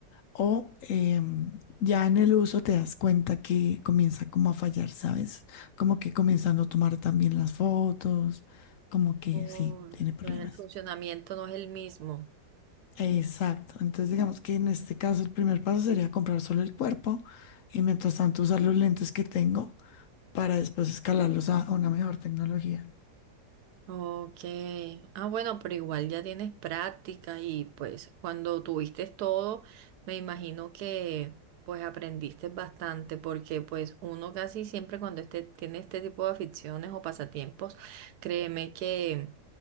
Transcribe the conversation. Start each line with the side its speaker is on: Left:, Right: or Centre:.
Left: o em, ya en el uso te das cuenta que comienza como a fallar, ¿sabes? Como que comenzando a no tomar también las fotos, como que
Right: Oh,
Left: sí, tiene problemas.
Right: el funcionamiento no es el mismo.
Left: Exacto. Entonces digamos que en este caso el primer paso sería comprar solo el cuerpo y mientras tanto usar los lentes que tengo para después escalarlos a, a una mejor tecnología.
Right: Ok. Ah, bueno, pero igual ya tienes práctica y pues cuando tuviste todo, me imagino que pues aprendiste bastante porque pues uno casi siempre cuando este, tiene este tipo de aficiones o pasatiempos, créeme que...